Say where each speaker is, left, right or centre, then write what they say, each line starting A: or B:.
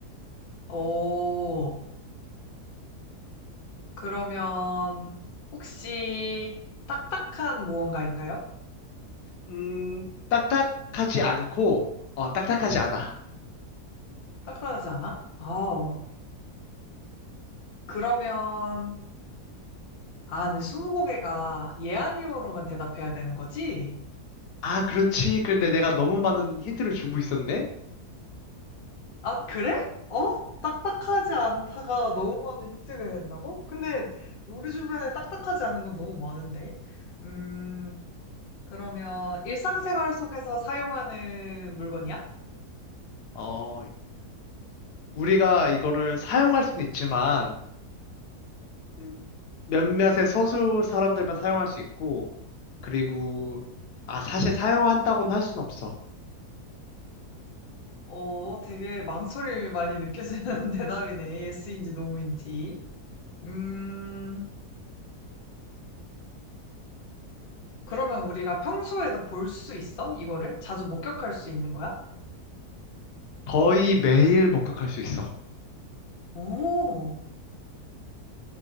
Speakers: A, on the left; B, on the left.
A: 오, 그러면, 혹시, 딱딱한 무언가인가요?
B: 음, 딱딱하지 않고, 어, 딱딱하지 않아.
A: 딱딱하지 않아? 아우. 그러면, 아, 근데 스무고개가 예, 아니오로만 대답해야 되는 거지?
B: 아, 그렇지. 그런데 내가 너무 많은 힌트를 주고 있었네?
A: 아, 그래? 어? 딱딱하지 않다가 너무 많은 힌트가 된다고? 근데 우리 주변에 딱딱하지 않은 건 너무 많은데. 음, 그러면 일상생활 속에서 사용하는 물건이야?
B: 어, 우리가 이거를 사용할 수는 있지만 음, 몇몇의 소수 사람들만 사용할 수 있고, 그리고, 아, 사실 사용한다고는 할 순 없어.
A: 어, 되게 망설임이 많이 느껴지는 <laughs> 대답이네. 예스인지 노인지. 음, 그러면 우리가 평소에도 볼 수 있어? 이거를? 자주 목격할 수 있는 거야?
B: 거의 매일 목격할 수 있어.
A: 오.